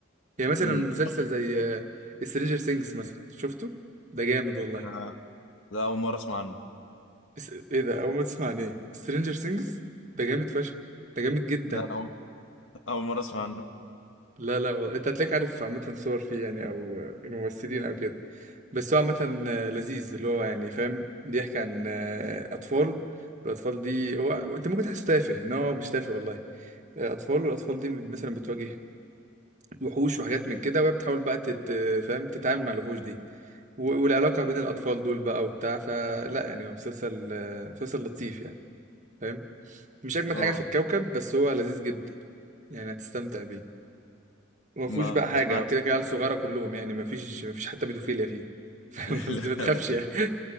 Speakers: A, on the right; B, on the left.
A: يعني مثلا
B: امم
A: مسلسل زي سترينجر سينجز مثلا شفته ده جامد والله
B: <laughs> لا اول مره اسمع عنه
A: اس- ايه ده اول ما تسمع عن ايه سترينجر سينجز ده جامد فشخ ده جامد جدا
B: لا أول أول مرة أسمع عنه
A: لا لا والله انت هتلاقيك عارف عامة صور فيه يعني او آه، الممثلين او كده بس هو عامة آه، لذيذ اللي هو يعني فاهم بيحكي عن آه، اطفال الاطفال دي هو انت ممكن تحس تافه ان هو مش تافه والله آه، اطفال والاطفال دي مثلا بتواجه وحوش وحاجات من كده وهي بتحاول بقى تت... فاهم تتعامل مع الوحوش دي و- والعلاقة بين الاطفال دول بقى وبتاع فلا يعني هو مسلسل آه، مسلسل لطيف يعني فاهم مش اجمد
B: اه
A: حاجه في الكوكب بس هو لذيذ جدا يعني هتستمتع بيه وما
B: ما
A: فيهوش بقى حاجه
B: سمعت
A: وكده كده عيال صغيره كلهم يعني ما فيش ما فيش حتى بيدوفيليا فيه <laughs> فاهم
B: <laughs>
A: قصدي
B: لا
A: ما تخافش
B: ما تقلق-
A: يعني